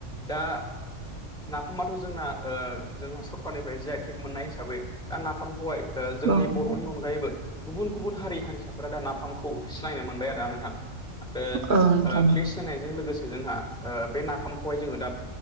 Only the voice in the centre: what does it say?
दा नाफामाथ' जोंना जोंहा सरखारनिफ्राय जि आइ थेक मोननाय हिसाबै दा नाफाम हाय जोंनि
बर'नि अनगायैबो गुबुन गुबुन हारि हारिसाफोरा दा नाफामखौ सिनायनो मोनबाय आरोा नोंथां आरो
सिनायजों लोगोसे जोंहा बे नाफामखौहाय जोङो दा